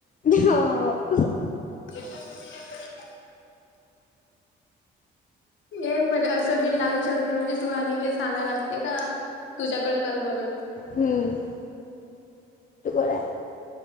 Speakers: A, on the left; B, on the left.
A: हो-हो
B: <unintelligible> ए पण असं बिन लागू शकते म्हणजे सुहानीले सांगाला लागते का तुझ्या कड करमना
A: हम्म तू कोण आहे